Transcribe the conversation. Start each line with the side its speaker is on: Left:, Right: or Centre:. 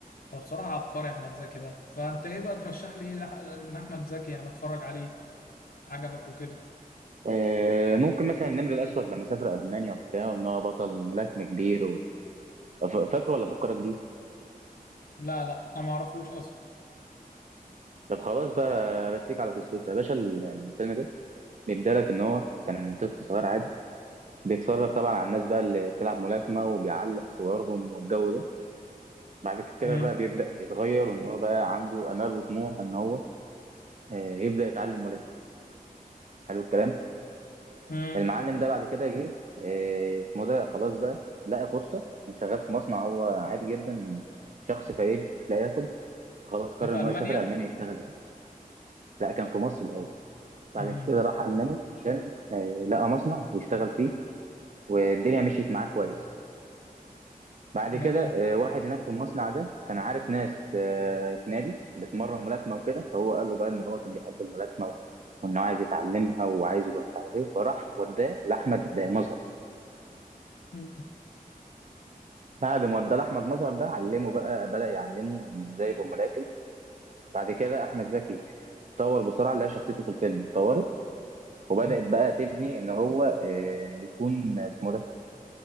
Left: فبصراحه عبقري احمد زكي ده فانت ايه بقى ترشح لي ايه لح- من احمد زكي يعني اتفرج عليه عجبك وكده
Right: آه، ممكن مثلا النمر الاسود لما سافر المانيا وبتاع وان هو بطل ملاكمه كبير و... ف- فاكره ولا فكرك بيه؟
Left: لا لا انا ما اعرفوش اصلا
Right: طب خلاص بقى رسيك على قصته يا باشا الفيلم ده بيدالك ان هو كان طفل صغير عادي بيتفرج طبعا على الناس بقى اللي بتلعب ملاكمه وبيعلق صورهم والجو ده بعد كده
Left: امم
Right: بقى بيبدا يتغير وان هو بقى عنده امال وطموح ان هو آه، يبدا يتعلم ملاكمه حلو الكلام
Left: امم
Right: المعلم ده بعد كده جه آه، اسمه ده خلاص بقى لقى فرصة كان شغال في مصنع هو عادي جدا شخص فقير مش لاقي ياكل خلاص قرر
Left: ده في
Right: ان
Left: المانيا
Right: هو يسافر المانيا يشتغل لا كان في مصر الاول بعد
Left: امم
Right: كده راح المانيا عشان آه، لقى مصنع واشتغل فيه والدنيا مشيت معاه كويس بعد كده
Left: جميل
Right: آه، واحد هناك في المصنع ده كان عارف ناس آه، في نادي بتمرن ملاكمة وكده فهو قال له بقى ان هو كان بيحب الملاكمة وانه عايز يتعلمها وعايز يبقى مش عارف ايه فراح وداه لاحمد مظهر
Left: مم.
Right: بعد ما ادى احمد مظهر ده علمه بقى بدا يعلمه إن ازاي يبقى ملاكم بعد كده احمد زكي اتطور بسرعه لقى شخصيته في الفيلم اتطورت وبدات
Left: مم.
Right: بقى تبني ان هو آه، يكون اسمه ده